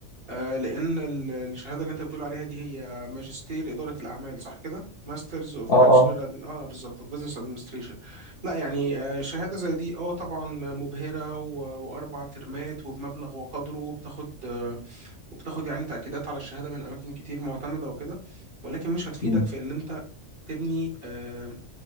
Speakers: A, on the right (about 50°); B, on the left (about 55°).
A: آه، لأن ال- الشهادة اللي أنت بتقول عليها دي هي ماجستير إدارة الأعمال صح كده؟ ماسترز أوف
B: اه
A: باتشلر
B: اه
A: أدم... آه بالظبط أوف بزنس أدمنستريشن لا يعني آه، شهادة زي دي أه طبعا مبهرة و- وأربع ترمات وبمبلغ وقدره وبتاخد آه، وبتاخد يعني تأكيدات على الشهادة من أماكن كتير معتمدة وكده ولكن مش هتفيدك
B: مم.
A: في إن أنت تبني آه،